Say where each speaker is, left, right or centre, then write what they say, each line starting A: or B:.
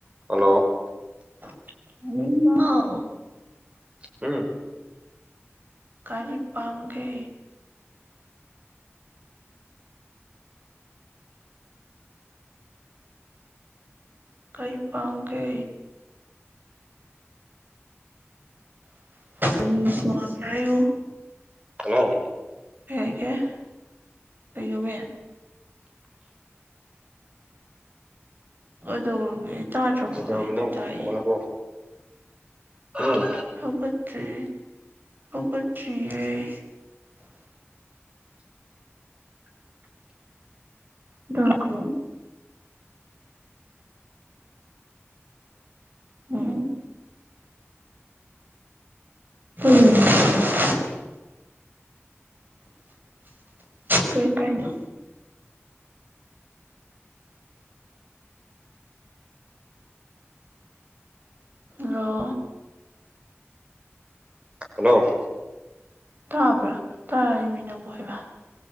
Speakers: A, on the right; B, on the right.
A: ꯍꯜꯂꯣ
B: ꯎ <unintelligible> <inaudible>
A: ꯎꯝ <inaudible>
B: ꯀꯔꯤ ꯄꯥꯝꯒꯦ ꯀꯩ ꯄꯥꯝꯒꯦ ꯎꯝ ꯁꯃ ꯀꯨ
A: ꯍꯜꯂꯣ
B: ꯍꯒꯦ ꯀꯉꯣꯃꯦ ꯑꯗꯣ ꯍꯦ ꯇꯥꯔꯣ
A: ꯀꯩꯗꯧꯔꯝꯃꯤꯅꯣ
B: ꯍꯥꯏꯗꯤ ꯇꯥꯏ
A: ꯍꯧꯒꯠꯂꯕꯣ ꯎꯝ
B: ꯍꯒꯗꯦ ꯑꯣꯆꯦ ꯑ ꯎꯝ ꯎꯝ ꯀꯣꯏ ꯀꯥꯏꯅꯣ ꯔꯣ
A: ꯍꯜꯂꯣ
B: ꯇꯥꯕ꯭ꯔꯥ ꯇꯥꯔꯤꯕꯃꯤ ꯅꯪ ꯀꯣꯏꯕ